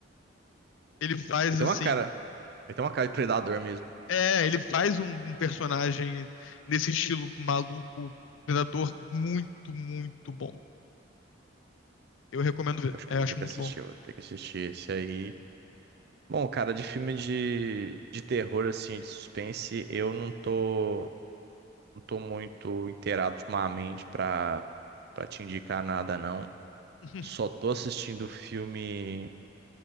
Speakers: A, on the left; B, on the right.
A: Ele faz
B: Ele tem
A: assim.
B: uma cara. Ele tem uma cara de predador mesmo.
A: É, ele faz um, um personagem nesse estilo maluco, predador, muito, muito bom. Eu recomendo ver.
B: Acho
A: É,
B: que eu
A: acho
B: vou ter
A: muito
B: que assistir,
A: bom.
B: vou ter que assistir esse aí. Bom, cara, de filme de, de terror, assim, de suspense, eu não tô, não tô muito inteirado ultimamente pra, pra te indicar nada, não.
A: <laughs>
B: Só tô assistindo filme,